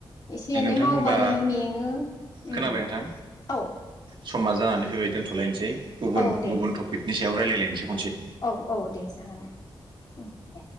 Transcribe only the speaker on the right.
दे
नोंथां
होनबा
खोनाबाय नोंथां
समा जानानै फैबाय दोन्थ'लायनोसै। गुबुन
गुबुन टपिकनि सायाव रायलायलायनोसै खनसे।